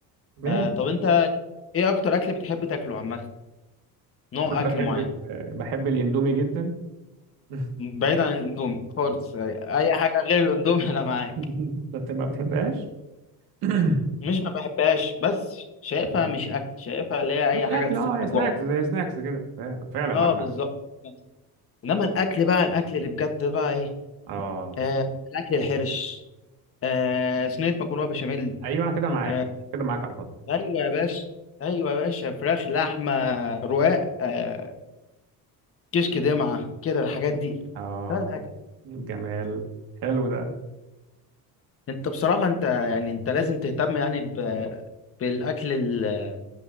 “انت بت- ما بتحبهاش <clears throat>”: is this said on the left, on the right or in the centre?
Right